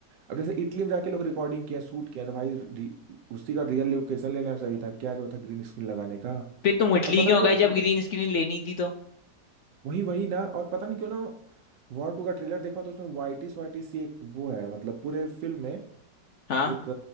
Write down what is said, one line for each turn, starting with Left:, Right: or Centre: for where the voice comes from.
Right: अब जैसे इटली में जाके लोग रिकॉर्डिंग किया शूट किया तो भाई रि- उसी का रियल लोकेशन ले लेना चाहिए था क्या जो था ग्रीन स्क्रीन लगाने का
Left: फिर तुम इटली
Right: और पता
Left: क्यों
Right: नहीं क्यों
Left: गए
Right: एक
Left: जब ग्रीन स्क्रीन लेनी थी तो
Right: वही वही ना और पता नहीं क्यों ना वॉर टू का ट्रेलर देखा तो उसमें वाइटिस वाइटिस सी एक वो है मतलब पूरे फिल्म में
Left: हाँ
Right: एक